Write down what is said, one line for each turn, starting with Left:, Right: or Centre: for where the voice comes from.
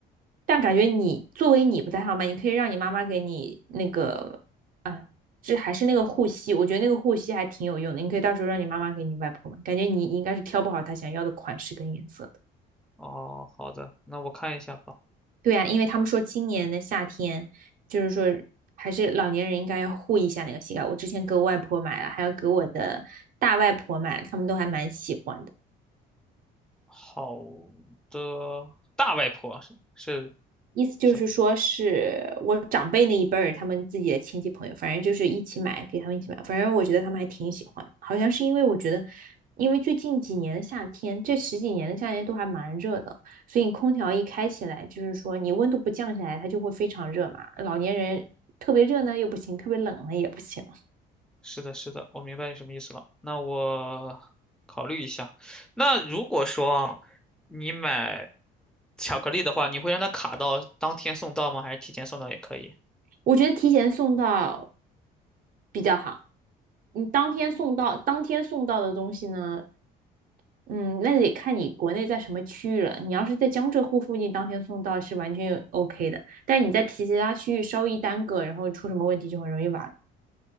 Right: 但感觉你作为你不太好买，你可以让你妈妈给你那个啊，这还是那个护膝，我觉得那个护膝还挺有用的，你可以到时候让你妈妈给你外婆买，感觉你应该是挑不好她想要的款式跟颜色的。
Centre: 哦，好的，那我看一下吧。
Right: 对呀，因为他们说今年的夏天，就是说还是老年人应该要护一下那个膝盖。我之前给我外婆买了，还有给我的大外婆买了他们都还蛮喜欢的。
Centre: 好的，大外婆是是
Right: 意思就是说是我长辈那一辈儿，
Centre: 是。
Right: 他们自己的亲戚朋友，反正就是一起买，给他们一起买。反正我觉得他们还挺喜欢，好像是因为我觉得，因为最近几年的夏天，这十几年的夏天都还蛮热的，所以你空调一开起来，就是说你温度不降下来，它就会非常热嘛。老年人特别热呢又不行，特别冷呢也不行。
Centre: 是的，是的，我明白你什么意思了。那我考虑一下。那如果说啊你买巧克力的话，你会让它卡到当天送到吗？还是提前送到也可以？
Right: 我觉得提前送到比较好。你当天送到，当天送到的东西呢，嗯，那得看你国内在什么区域了。你要是在江浙沪附近，当天送到是完全 OK 的。但是你在提其他区域稍一耽搁，然后出什么问题就很容易晚了。